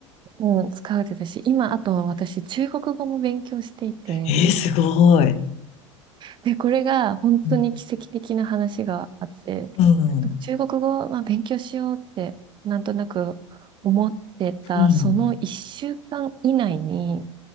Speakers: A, on the right; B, on the left.
A: うん、使うてたし、今、あと私、中国語も勉強していて、
B: ええ、すごい。
A: で、これが本当に奇跡的な話があって、
B: うん。うん。
A: 中国語、まあ、勉強しようって、なんとなく思ってた、
B: うん。
A: その一週間以内に、